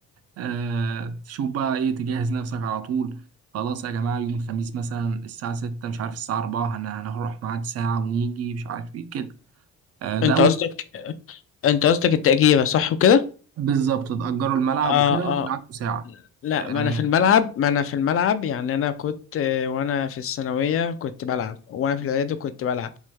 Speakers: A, on the right; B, on the left.
A: آه، تشوف بقى ايه تجهز نفسك على طول خلاص يا جماعه يوم الخميس مثلا الساعه 6 مش عارف الساعه 4 هن- هنروح ميعاد ساعه ونيجي مش عارف ايه كده آه، ده
B: انت
A: اول
B: قصدك انت قصدك التأجيرة صح وكده
A: بالظبط تأجروا الملعب
B: اه
A: وكده وكان
B: اه
A: عنده ساعة
B: لا
A: آه،
B: ما انا في الملعب ما انا في الملعب يعني انا كنت آه، وانا في الثانويه كنت بلعب وانا في الاعدادي كنت بلعب